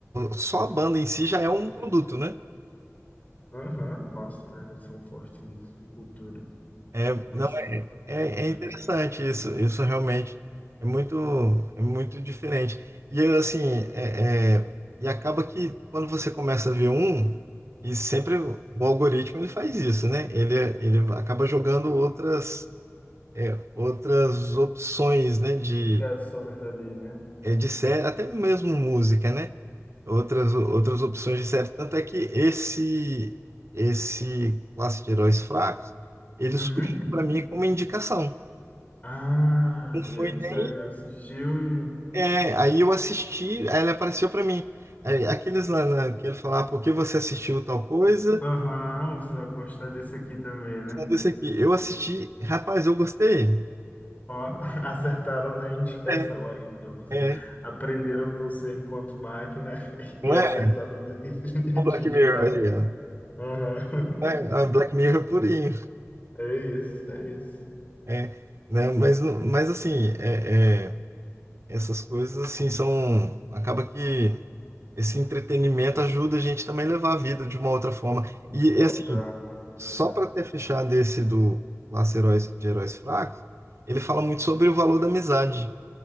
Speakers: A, on the right; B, on the left.
A: só a banda em si já é um produto, né?
B: aham, nossa, é, eles são fortes nisso, de cultura,
A: É,
B: nossa,
A: não, é, é
B: as
A: interessante isso, isso realmente é muito, é muito diferente. E eu, assim, é, é, e acaba que quando você começa a ver um, e sempre o algoritmo ele faz isso, né? Ele, ele acaba jogando outras, é, outras opções, né? De,
B: criações ali, né?
A: é, de série, até mesmo música, né? outras, outras opções de série. Tanto é que esse, esse classe de heróis fracos, ele
B: Uhum.
A: surgiu para mim como indicação.
B: Ah,
A: Não Foi
B: e aí você
A: nem,
B: assistiu e...
A: é, aí eu assisti, aí ele apareceu para mim. Aí, aqueles lá né, que ele falava, "Ah, por que você assistiu tal coisa?
B: Aham, você vai gostar desse aqui também, né?
A: Esse aqui, eu assisti, rapaz, eu gostei.
B: Ó, <laughs> acertaram na indicação
A: É,
B: aí para você.
A: é,
B: Aprenderam você enquanto máquina <laughs> e
A: não
B: acertaram
A: é
B: no que <laughs>
A: o Black
B: te indicaram.
A: Mirror aí, ó.
B: Aham. <laughs>
A: Não É, é Black Mirror purinho.
B: É isso, é isso.
A: É, né, mas, não- mas assim, é, é, essas coisas assim são. Acaba que Esse entretenimento ajuda a gente também a levar a vida de uma outra forma. E e,
B: Total,
A: assim, só
B: total.
A: para ter fechado esse do Laço Heróis de Heróis Fracos, ele fala muito sobre o valor da amizade.